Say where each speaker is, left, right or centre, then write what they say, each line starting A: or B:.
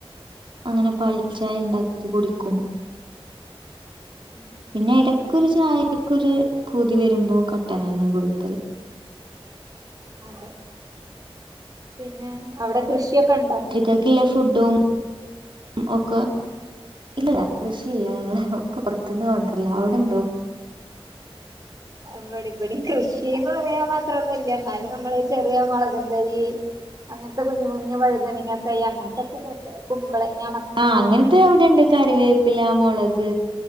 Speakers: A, on the right; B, on the right.
A: അങ്ങനെ പൽചായണ്ടാക്കി കുടിക്കും.
B: ഉം.
A: പിന്നെ എടക്കൊരു ചായക്കൊര് പൂതി വരുമ്പോ കട്ടനെന്നെ കുടിക്കല്.
B: അതെ പിന്നെ അവിടെ കൃഷിയൊക്കണ്ടോ.
A: റ്റക്ക്ല്ല ഫുഡും ഒക്ക. ഇല്ല ല്ല കൃഷിയില്ല ഞങ്ങളെ ഒക്ക പ പൊർത്ത്ന്ന് കൊണ്ടര്ലാ അവിടെണ്ടോ.
B: ഇവടി വടിം കൃഷീന്ന് പറയാ മാത്രൊന്നുല്ല ന്നാലും നമ്മള് ചെറിയ മൊളകും തൈയ്യ്. അങ്ങൻത്ത കുഞ്ഞ് കുഞ്ഞു വഴുതനങ്ങ തൈ അങ്ങൻത്തൊക്കെ ചേർത്ത കുമ്പളങ്ങ മ
A: ആഹ് അങ്ങനത്തെ അവിടെണ്ട് കറിവേപ്പില മൊളക്